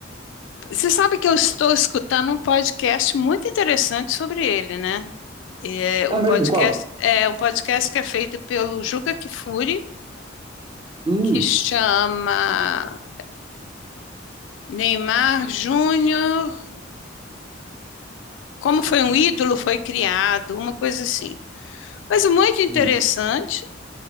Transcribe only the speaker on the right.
É
mesmo,
qual?
Hum,
hum,